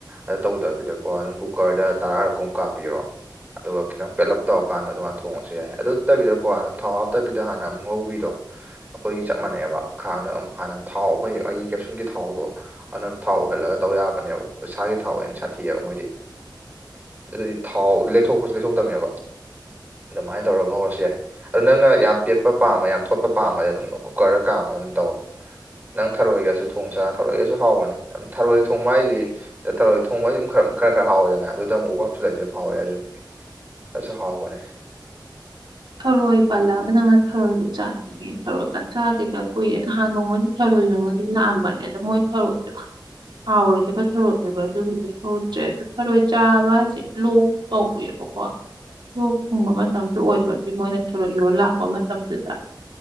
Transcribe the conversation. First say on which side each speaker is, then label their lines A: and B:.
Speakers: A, on the right (about 25°); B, on the right (about 75°).
A: ꯑꯗꯨ ꯇꯧꯗꯕꯤꯗ ꯀꯣ ꯑꯗꯨꯝ ꯀꯨꯀꯔꯗ ꯇꯔꯥꯔꯨꯛꯀꯨꯝ ꯀꯥꯝꯕꯤꯔꯣ ꯑꯗꯨꯒ ꯈꯤꯇꯪ ꯄꯦꯜꯂꯞ ꯇꯧꯔꯀꯥꯟꯗ ꯑꯗꯨꯅꯠꯇꯕꯤꯗ ꯀꯣꯟꯅ ꯊꯌꯥꯏ ꯍꯥꯞꯇꯕꯤꯗ ꯍꯥꯟꯅ ꯑꯃꯝ ꯉꯧꯕꯤꯗꯣ ꯑꯩꯈꯣꯏꯒꯤ ꯆꯞ ꯃꯥꯟꯅꯩꯑꯕ ꯈꯥꯡꯗ ꯑꯗꯨꯝ ꯍꯥꯟꯅ ꯊꯥꯎ ꯑꯩꯈꯣꯏ ꯑꯩꯒꯤ ꯀꯦꯞꯁꯨꯟꯒꯤ ꯊꯥꯎꯗꯣ ꯑꯅꯝ ꯊꯥꯎ ꯑꯣꯏꯍꯜꯂꯒ ꯇꯧ ꯌꯥꯕꯅꯦꯕ ꯏꯁꯥꯒꯤ ꯊꯥꯎ ꯍꯦ ꯑꯣꯏꯅ ꯁꯥꯊꯤꯑꯕ ꯃꯣꯏꯗꯤ ꯑꯗꯨꯗꯤ ꯊꯥꯎ ꯂꯩꯊꯣꯛꯄꯁꯨ ꯂꯩꯊꯣꯛꯇꯕꯃꯦꯕ ꯑꯗꯨꯃꯥꯏꯅ ꯇꯧꯔ ꯉꯧꯔꯁꯨ ꯌꯥꯏ ꯑꯗꯨꯗ ꯅꯪꯅ ꯌꯥꯝ ꯄꯦꯠꯄ ꯄꯥꯝꯕ ꯌꯥꯝ ꯊꯣꯠꯄ ꯄꯥꯝꯕꯗꯤ ꯑꯗꯨꯝ ꯀꯨꯀꯔꯗ ꯀꯥꯝꯕ ꯑꯗꯨꯝ ꯇꯧꯋ ꯅꯪ ꯊꯔꯣꯏꯒꯁꯨ ꯊꯣꯡꯁꯥ ꯊꯔꯣꯏꯒꯁꯨ ꯍꯥꯎꯕꯅꯤ ꯊꯔꯣꯏ ꯊꯣꯡꯕ ꯍꯥꯏꯁꯤꯗꯤ ꯇ ꯊꯧꯔꯣꯏ ꯊꯣꯡꯕꯁ ꯈꯔ ꯈꯔ ꯈꯔ ꯍꯥꯎꯋꯦꯗꯅ ꯑꯗꯨꯗ ꯑꯃꯨꯛ ꯎ ꯍꯥꯞꯆꯜꯂꯗꯤ ꯑꯗꯨꯝ ꯍꯥꯎꯋꯦ ꯑꯗꯨ ꯑꯗꯨꯁꯨ ꯍꯥꯎꯕꯅꯤ
B: ꯊꯔꯣꯏ ꯄꯜꯂꯒ ꯅ ꯊꯔꯣꯏꯕꯨ ꯆꯥꯟ ꯀꯦ ꯁꯔꯣ ꯆꯥꯛ ꯆꯥꯒꯦꯗ ꯀꯨꯏꯔꯦ ꯅꯍꯥꯟ ꯅꯣꯡꯃꯣꯏꯗꯤ ꯊꯔꯣꯏꯕ ꯃꯣꯏꯗꯤ ꯂꯥꯛꯑꯝꯕꯅꯦ ꯑꯗ ꯃꯣꯏ ꯁꯔꯣꯁꯨ ꯍꯥꯎꯔꯣꯏꯗꯕ ꯊꯔꯣꯅꯦꯕ ꯑꯗꯨꯒꯤꯗꯤ ꯍꯧꯗ꯭ꯔꯦ ꯑꯗꯨ ꯊꯔꯣꯏ ꯆꯥꯕ ꯍꯥꯏꯁꯦ ꯂꯣꯛ ꯇꯧꯋꯦꯕꯀꯣ ꯂꯣꯛ ꯊꯨꯡꯕ ꯃꯇꯝꯁꯨ ꯑꯣꯏꯕꯁꯨ ꯃꯣꯏꯅ ꯊꯣꯔꯛ ꯌꯣ ꯂꯥꯛꯄ ꯃꯇꯝꯗꯨꯗ